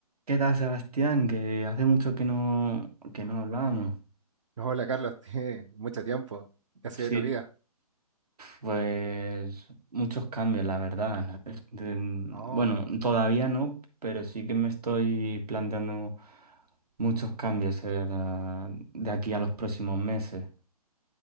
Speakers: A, on the right; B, on the right.
A: ¿Qué tal, Sebastián? Que hace mucho que no, que no hablábamos.
B: Hola Carlos, <laughs> tiene mucho tiempo. ¿Qué ha sido
A: Sí,
B: de tu vida?
A: pues muchos cambios, la verdad. Es- de-
B: Oh,
A: Bueno, todavía no, pero sí que me estoy planteando muchos cambios eh, la- de aquí a los próximos meses.